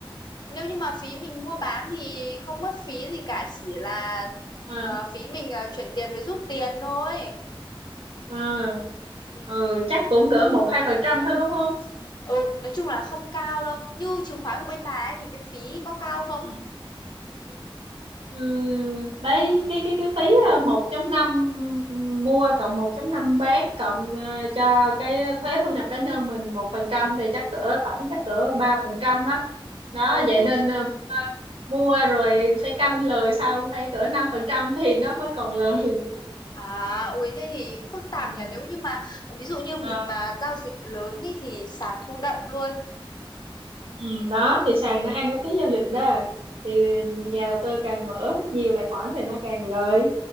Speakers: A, on the left (about 50°); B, on the right (about 85°).
A: nếu như mà phí mình mua bán thì không mất phí gì cả, chỉ là
B: À.
A: ờ, phí mình ờ, chuyển tiền với rút tiền thôi.
B: à,
A: ừ, ừ.
B: ừ, chắc cũng cỡ một hai phần trăm thôi đúng không
A: ừ nói chung là không cao đâu như chứng khoán của bên bà ấy thì cái phí có cao không
B: Ừ.
A: Ừ.
B: Ừm, đấy cái cái cái phí ờ, một chấm năm mua cộng một chấm năm bán cộng ờ, cho cái thuế thu nhập cá nhân mình một phần trăm thì chắc cỡ tổng chắc cỡ ba phần trăm á đó
A: Ồ
B: vậy
A: thế
B: nên ờ, mua, mua rồi phải canh lời sau phải cỡ năm phần trăm thì nó mới còn lời
A: à ui thế thì phức tạp
B: ừ.
A: nhỉ nếu như mà ví dụ như mình
B: Ờ,
A: mà giao dịch lớn ý, thì sàn thu đậm luôn
B: ừ, đó thì sàn nó ăn cái phí giao dịch đó thì nhà đầu tư càng mở nhiều tài khoản thì nó càng lời